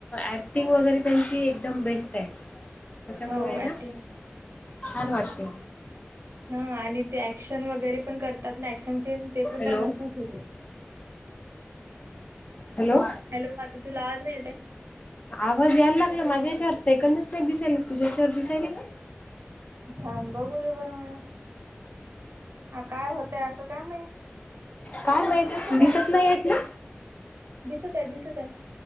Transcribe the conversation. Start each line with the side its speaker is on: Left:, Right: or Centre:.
Left: ऍक्टिंग वगैरे त्यांची एकदम बेस्ट आहे. त्याच्यामुळे
Right: हो ऍक्टिंग
Left: ना छान वाटते.
Right: हा आणि ते ऍक्शन वगैरे पण करतात ना ऍक्शन फिल्म ते पण
Left: हॅलो
Right: त्यांना सूट होते.
Left: हॅलो
Right: हॅलो आता तूला आज नाही येतय?
Left: आवाज यायला लागला माझ्या याच्यावर सेकंदच नाही दिसायला. तुझ्याच्यावर दिसायला का?
Right: थांब बघूद्या बर मला हा काय होतय असं काय माहीत
Left: काय माहित
Right: दिसत आहे
Left: नाही येत ना.
Right: दिसत आहे दिसत आहे.